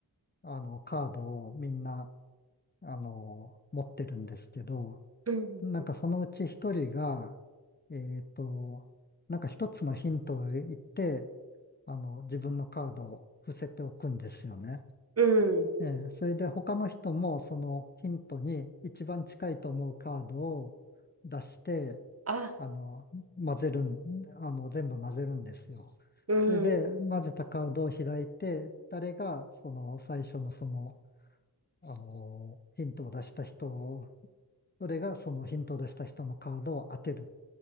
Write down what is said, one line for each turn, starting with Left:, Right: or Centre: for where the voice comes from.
Left: あの、カードをみんなあの、持ってるんですけど、
Right: うん。
Left: なんかそのうち一人が、えっと、なんか一つのヒントを言って、あの、自分のカードを伏せておくんですよね。
Right: うん。
Left: ええ、それで他の人もそのヒントに一番近いと思うカードを出して、
Right: あ、
Left: あの、混ぜるん、あの、全部混ぜるんですよ。
Right: うん。
Left: それで混ぜたカードを開いて、誰がその最初のその、あの、ヒントを出した人それがそのヒントを出した人のカードを当てる